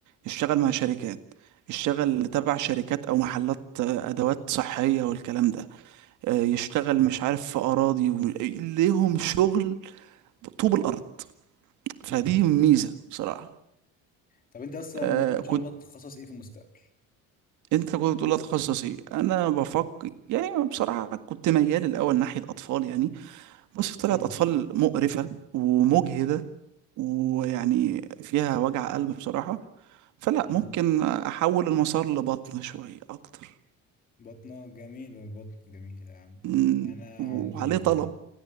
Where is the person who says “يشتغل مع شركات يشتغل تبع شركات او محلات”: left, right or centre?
Right